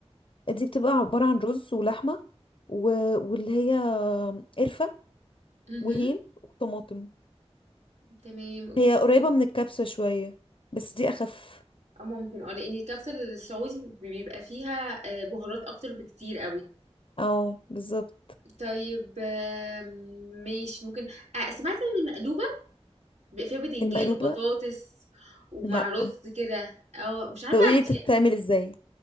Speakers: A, on the left; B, on the right.
A: دي بتبقى عبارة عن رز ولحمة و... واللي هي قرفة
B: مهم.
A: وهيل وطماطم
B: تمام
A: هي قريبة
B: يعني
A: من الكبسة شوية بس دي أخف
B: اه ممكن اه لان الكبسة السعودي بيبقى فيها آه، بهارات اكتر بكتير قوي
A: اه بالظبط
B: طيب آم، ماشي ممكن آه، سمعت ان المقلوبة بيبقى فيها بتنجان
A: المقلوبة
B: وبطاطس ومع
A: لأ
B: رز كده اه مش عارفة
A: طب قولي
B: عندي
A: بتتعمل ازاي